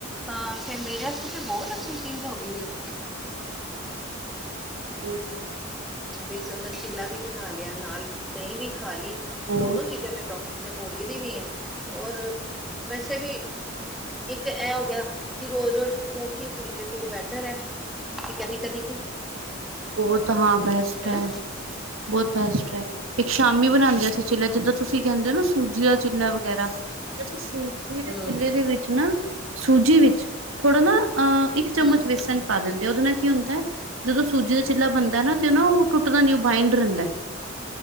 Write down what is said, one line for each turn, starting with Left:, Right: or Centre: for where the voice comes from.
Centre: ਤਾਂ ਫਿਰ, ਮੇਰੇ ਆਸਤੇ ਤੇ, ਬਹੁਤ ਅੱਛੀ ਚੀਜ਼ ਹੋ ਗਈ ਇਸ
Right: ਹੂੰ
Centre: ਵੇਸਣ ਦਾ ਚਿੱਲਾ ਵੀ ਬਣਾ ਲਿਆ ਨਾਲ, ਦਹੀਂ ਵੀ ਖਾਲੀ
Right: ਹੋਰ
Centre: ਦੋਨੋਂ ਚੀਜ਼ਾਂ ਮੈਂ ਡਾਕ ਮੈਂ, ਬੋਲੀ ਦੀ ਵੀ ਹੈ, ਔਰ ਵੈਸੇ ਵੀ ਇੱਕ ਐ ਹੋ ਗਿਆ, ਕਿ ਰੋਜ਼- ਰੋਜ਼ ਪਰੌਠੀ, ਫੁਲਕੇ ਤੋਂ ਬੈਟਰ ਐ। ਕਦੀ-ਕਦੀ।
Right: ਬਹੁਤ ਹਾਂ ਬੈਸਟ
Centre: ਹਨਾ
Right: ਹੈ, ਬਹੁਤ ਬੈਸਟ ਐ। ਇੱਕ ਸ਼ਾਮੀ ਬਣਾਂਦੇ ਅਸੀਂ ਚਿੱਲਾ, ਜਿੱਦਾਂ ਤੁਸੀਂ ਕਹਿੰਦੇ ਹੋ ਨਾ ਸੂਜੀ ਦਾ ਚਿੱਲਾ ਵਗੈਰਾ ਤੇ, ਅਸੀਂ ਸੂ ਜਿਹਦੇ
Centre: ਹਮ
Right: ਚਿੱਲੇ ਦੇ ਵਿੱਚ ਨਾ, ਸੂਜੀ ਵਿੱਚ, ਥੋੜ੍ਹਾ ਨਾ ਅਹ ਇੱਕ ਚੱਮਚ
Centre: ਹਮ
Right: ਵੇਸਣ ਪਾ ਦਿੰਦੇ। ਉਹਦੇ ਨਾਲ ਕੀ ਹੁੰਦਾ ਹੈ? ਜਦੋਂ ਸੂਜੀ ਦਾ ਚਿੱਲਾ ਬਣਦਾ ਨਾ ਤੇ, ਉਹ ਨਾ, ਉਹ ਟੁੱਟਦਾ ਨੀ ਉਹ ਬਾਇੰਡ ਰਹਿੰਦਾ।